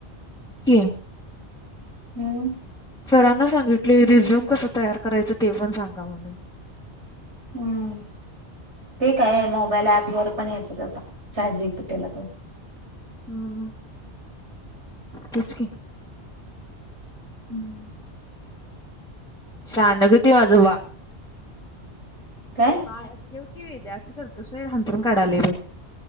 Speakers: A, in the centre; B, on the right.
A: कि.
B: हम्म.
A: सरांना सांगितलोय रिझ्यूम कसं तयार करायचं ते पण सांगा म्हणून.
B: हम्म. ते काय मोबाईल ऍप वर पण येतात आता चाट जी पी टी ला तेन.
A: हम्म तेस क
B: हम्म.
A: शानगती माझं बाळ
B: काय
A: बा ्वेदु असं करतोस हांंतरण काढाले ब